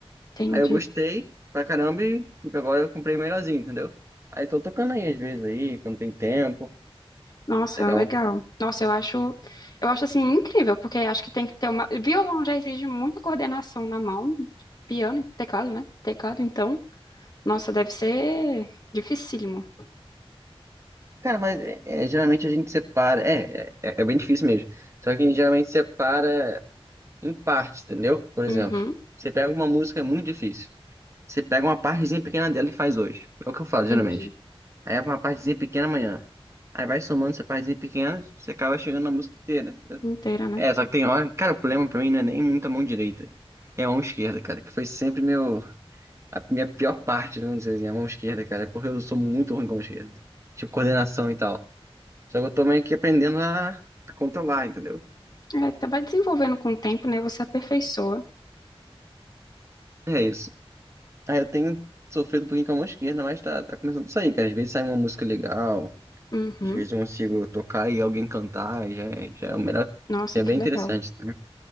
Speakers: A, on the left; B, on the right.
A: Entendi.
B: Aí eu gostei pra caramba e agora eu comprei o melhorzinho, entendeu? Aí tô tocando aí às vezes aí, quando tem tempo.
A: Nossa,
B: Legal.
A: legal. Nossa, eu acho, eu acho assim incrível, porque acho que tem que ter uma. Violão já exige muita coordenação na mão, piano e teclado, né? Teclado, então, nossa, deve ser dificílimo.
B: Cara, mas é, é, geralmente a gente separa. É, é, é é bem difícil mesmo. Só que a gente geralmente separa em partes, entendeu? Por exemplo,
A: Uhum,
B: você pega uma música, é muito difícil. Você pega uma partezinha pequena dela e faz hoje. É o que eu faço
A: entendi.
B: geralmente. Aí é uma partezinha pequena amanhã. Aí vai somando essa partezinha pequena, você acaba chegando na música inteira.
A: Inteira, né?
B: É, só que tem hora. Cara, o problema pra mim não é nem muito a mão direita. É a mão esquerda, cara, que foi sempre meu, a minha pior parte, vamos dizer assim, a mão esquerda, cara, porque eu sou muito ruim com a mão esquerda. Tipo, coordenação e tal. Só que eu tô meio que aprendendo a, a controlar, entendeu?
A: É, tá- vai desenvolvendo com o tempo, né? Você aperfeiçoa.
B: É isso. Aí eu tenho sofrido um pouquinho com a mão esquerda, mas tá, tá começando a sair, cara. Às vezes sai uma música legal,
A: Uhum.
B: às vezes eu consigo tocar e alguém cantar, e já, é- já é o melhor.
A: Nossa,
B: É
A: que
B: bem
A: legal.
B: interessante, tá?